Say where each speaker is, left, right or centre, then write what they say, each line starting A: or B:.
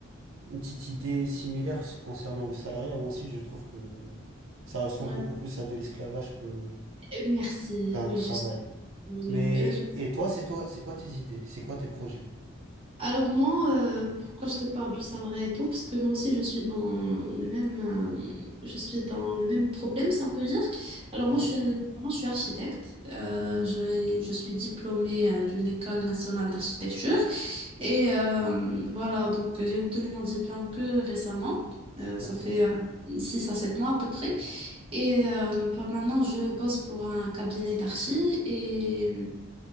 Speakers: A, on the right; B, on the right.
A: une petite idée similaire s- concernant le salariat. Moi aussi, je trouve que ça ressemble
B: Ouais.
A: beaucoup plus à de l'esclavage que
B: Euh, Merci,
A: qu'à
B: oui,
A: un travail.
B: je suis désolée.
A: Mais,
B: Euh,
A: et toi, c'est toi, c'est quoi tes idées? C'est quoi tes projets?
B: Alors moi, euh, pourquoi je te parle du salariat et tout, parce que moi aussi je suis dans le même, euh, je suis dans le même problème, si on peut dire. Alors moi,
A: Ouais?
B: je suis, moi, je suis architecte. Euh, je, je suis diplômée euh, d'une école nationale d'architecture et euh, voilà, donc j'ai obtenu mon diplôme que récemment. Euh,
A: Ok.
B: ça fait euh, 6 à 7 mois à peu près. Et euh, bah, maintenant, je bosse pour un cabinet d'archi et.